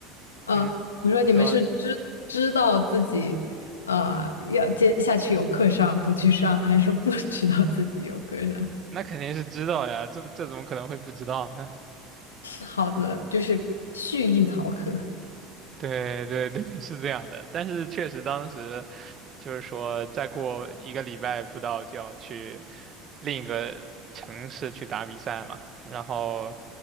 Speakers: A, on the left; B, on the right.
A: 啊，
B: 嗯，
A: 我说你们是知知道自己，
B: 你说。
A: 呃，要接下去有课上不去上，还是说不知道自己有课上？
B: 那肯定是知道呀，这这怎么可能会不知道呢？
A: 好的，就是蓄意逃课。
B: <laughs> 对对对，<laughs> 是这样的。但是确实当时就是说，再过一个礼拜不到就要去另一个城市去打比赛嘛。然后，